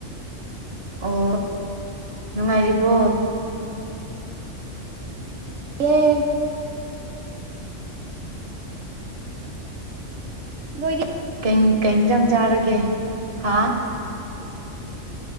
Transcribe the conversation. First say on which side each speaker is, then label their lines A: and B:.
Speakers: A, on the right; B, on the right.
A: ꯑꯣ ꯅꯨꯡꯉꯥꯏꯔꯤꯕꯣ
B: ꯎ <unintelligible> ꯅꫭꯏꯒ
A: ꯀꯩ ꯏꯟꯁꯥꯡ ꯆꯥꯔꯒꯦ ꯍꯥ